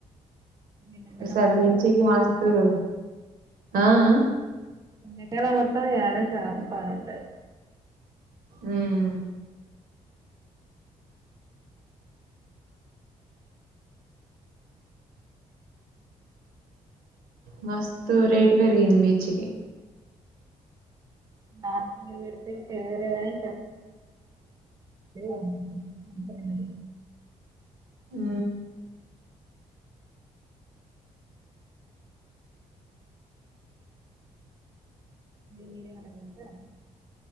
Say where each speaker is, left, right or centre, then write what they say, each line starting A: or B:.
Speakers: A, on the right; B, on the right.
A: ఎండాకాలం
B: ఈసారి
A: మొత్తం
B: మిర్చికి
A: ఇగ అదే
B: మస్తరు
A: పని ఉంటది
B: ఆ అ
A: నేటెల మొత్తం ఇ అదె సగం పనుంటాది
B: హ్మ్ మస్తు రేట్ పెరిగింది మిర్చికి
A: నా నిది వేడ్తే పెర్గలేదని <unintelligible> మిడి
B: ఉ
A: మీరే ఎననా పెడతరా